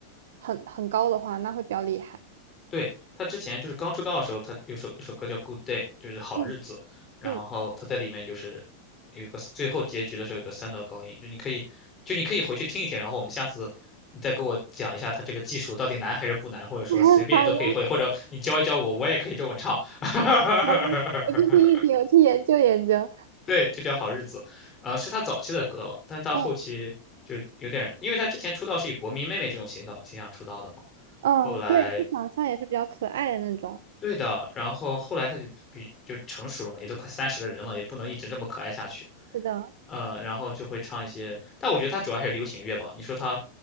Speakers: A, on the right (about 55°); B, on the left (about 25°).
A: 很很高的话，那会比较厉害。
B: 对，他之前就是刚出道的时候，他有首一首歌叫《Good Day》，就是好日子。
A: 嗯
B: 然后他在里面就是有一个最后结局的时候有个三道高音，
A: 嗯，
B: 就你可以就你可以回去听一听，然后我们下次你再给我讲一下他这个技术到底难还是不难，或者说随便都可以会，
A: <laughs> 好的
B: 或者你教一教我，我也可以这么唱。<laughs>
A: 好的，我去听一听，我去研究研究。
B: 对，就叫好日子，呃，是他早期的歌了，但到后期就有点，
A: 嗯
B: 因为他之前出道是以国民妹妹这种形象形象出道的嘛，
A: 嗯，
B: 后来
A: 对，他长相也是比较可爱的那种。
B: 对的，然后后来他就比就成熟了嘛，也都快三十的人了，也不能一直这么可爱下去。
A: 是的，
B: 呃，然后就会唱一些，但我觉得他主要还是流行乐吧。你说他，